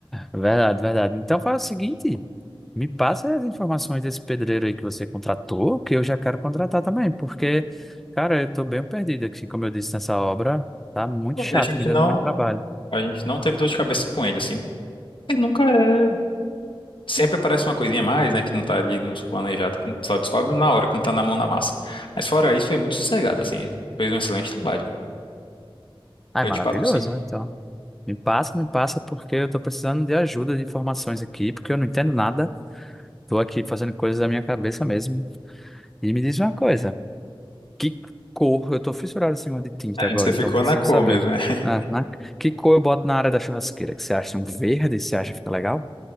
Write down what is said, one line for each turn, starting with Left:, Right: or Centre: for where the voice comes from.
Centre: Verdade, verdade. Então faz o seguinte. Me passa as informações desse pedreiro aí que você contratou, que eu já quero contratar também, porque, cara, eu tô bem perdido aqui, como eu disse nessa obra, tá muito
Left: Pô,
Centre: chato,
Left: e A gente
Centre: me dando
Left: não,
Centre: muito trabalho.
Left: a gente não teve dor de cabeça com ele, assim. Ele nunca é... Sempre aparece uma coisinha a mais, né, que não tá ali nos planejados, que só descobre na hora, quando tá na mão na massa. Mas fora isso, foi muito sossegado, assim, ele fez um excelente trabalho.
Centre: Ai,
Left: Eu
Centre: maravilhoso,
Left: te passo, sim.
Centre: então. Me passa, me passa, porque eu tô precisando de ajuda, de informações aqui, porque eu não entendo nada, tô aqui fazendo coisas da minha cabeça mesmo. E me diz uma coisa, que cor, eu tô fissurado em cima de tinta
Left: É,
Centre: agora,
Left: você
Centre: então
Left: ficou
Centre: preciso
Left: na cor
Centre: saber.
Left: mesmo, né? <laughs>
Centre: Ah, né? Que cor eu boto na área da churrasqueira? Que você acha um verde? Você acha que fica legal?